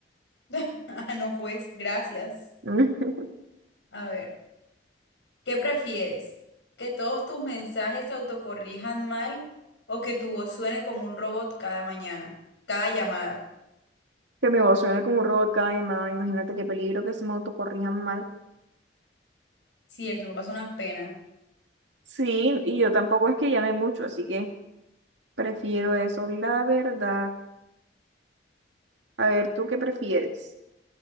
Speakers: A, on the left; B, on the right.
A: <laughs> Ah, No, pues, gracias.
B: <laughs>
A: A ver, ¿qué prefieres? ¿Que todos tus mensajes se autocorrijan mal o que tu voz suene como un robot cada mañana, cada llamada?
B: Que mi voz suene como un robot cada llamada. Imagínate qué peligro que se me autocorrijan mal.
A: Cierto, uno pasa unas penas.
B: Sí, y yo tampoco es que llame mucho, así que prefiero eso, la verdad. A ver, ¿tú qué prefieres?